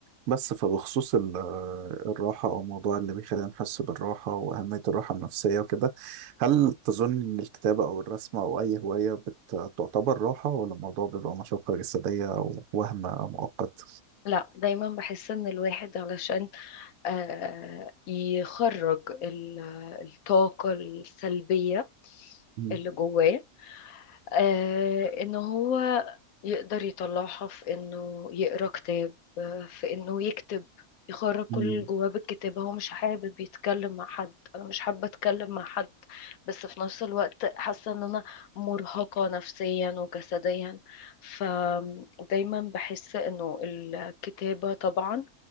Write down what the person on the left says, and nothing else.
لا دايما بحس ان الواحد علشان آه، يخرج ال- الطاقة السلبية
اللي جواه آه ان هو يقدر يطلعها في انه يقرا كتاب آه، في انه يكتب يخرج كل
اللي جواه بالكتابة هو مش حابب يتكلم مع حد انا مش حابة اتكلم مع حد بس في نفس الوقت حاسة ان انا مرهقة نفسيا وجسديا فدايما بحس انه الكتابة طبعا